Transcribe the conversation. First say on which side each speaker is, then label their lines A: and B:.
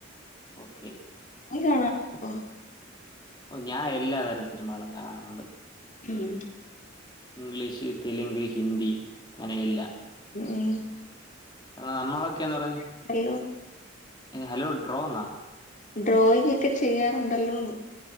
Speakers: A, on the left (about 25°); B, on the left (about 45°).
A: ഓക്കെ
B: <unintelligible>
A: ഓഹ് ഞാൻ എല്ലാ വരം സിനിമകളും കാണാറുണ്ട്
B: ഉംഹ്
A: ഇംഗ്ലീഷ്, തെലുങ്ക്, ഹിന്ദി ങ്ങനെയില്ല.
B: ഉം
A: കാരണം നമ്മളൊക്കേന്ന് പർഞ്ഞാ
B: ഡ്രോയിങ്
A: ങ്ങനെ ഹലോ ഡ്രോന്നാ
B: ഡ്രോയിങ് ഒക്കെ ചെയ്യാറുണ്ടല്ലോന്ന്